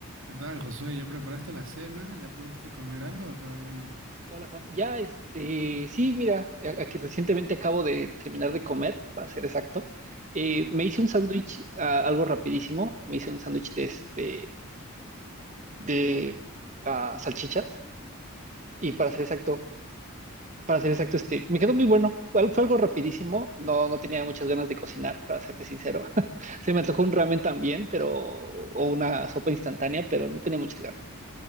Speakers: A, on the right; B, on the right.
A: ¿Qué tal, Josué? ¿Ya preparaste la cena? ¿Ya pudiste comer algo o todavía no?
B: Hola Juan, ya este, sí, mira, a- aquí recientemente acabo de terminar de comer, para ser exacto. Eh, me hice un sándwich, ah, algo rapidísimo, me hice un sándwich de este, de ah, salchichas y para ser exacto, para ser exacto, este, me quedó muy bueno. Fue, al- fue algo rapidísimo, no, no tenía muchas ganas de cocinar, para serte sincero. <laughs> Se me antojó un ramen también, pero o una sopa instantánea, pero no tenía muchas ganas.